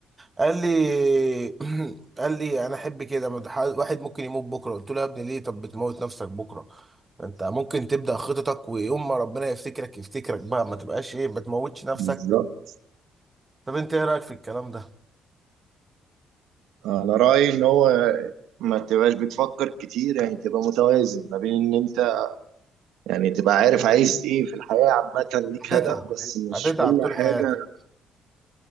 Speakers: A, on the right; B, on the right.
A: قال لي <clears throat> قال لي انا احب كده ما ده ح- واحد ممكن يموت بكره قلت له يا ابني ليه طب بتموت نفسك بكره انت ممكن تبدا خططك ويوم ما ربنا يفتكرك يفتكرك بقى ما تبقاش ايه ما تموتش نفسك
B: بالظبط
A: طب انت ايه رايك في الكلام ده
B: آه، انا رايي ان هو ما تبقاش بتفكر كتير يعني تبقى متوازن ما بين ان انت يعني تبقى عارف عايز ايه في الحياه عامه ليك
A: هتتعب
B: هدف بس مش
A: هتتعب
B: كل
A: طول حياتك
B: حاجه